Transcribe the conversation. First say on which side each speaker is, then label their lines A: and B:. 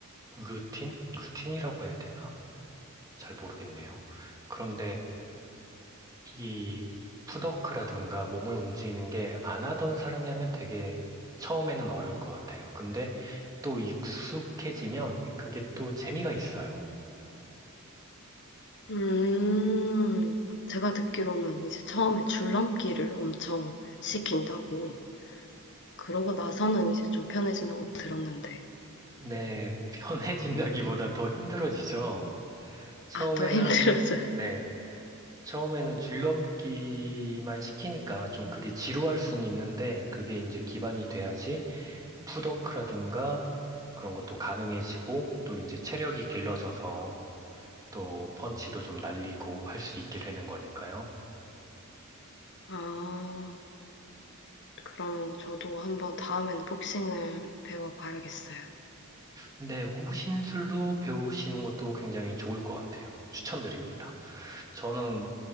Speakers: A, on the right; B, on the left.
A: 루틴? 루틴이라고 해야 되나? 잘 모르겠네요. 그런데 이 푸더크라든가 몸을 움직이는 게 안 하던 사람이 하면 되게 처음에는 어려울 것 같아요. 근데 또 익숙해지면 그게 또 재미가 있어요.
B: 음, 제가 듣기로는 이제 처음에 줄넘기를 엄청 시킨다고, 그러고 나서는 이제 좀 편해진다고 들었는데,
A: 네, 편해진다기보다 더 힘들어지죠. 처음에는,
B: 아, 더 <laughs> 힘들어져요.
A: 네, 처음에는 줄넘기만 시키니까 좀 그게 지루할 수는 있는데 그게 이제 기반이 돼야지 푸더크라든가 그런 것도 가능해지고 또 이제 체력이 길러져서 또 펀치도 좀 날리고 할 수 있게 되는 거니까요.
B: 아, 그러면 저도 한번 다음에는 복싱을 배워봐야겠어요.
A: 근데 호신술로 배우시는 것도 굉장히 좋을 것 같아요. 추천드립니다. 저는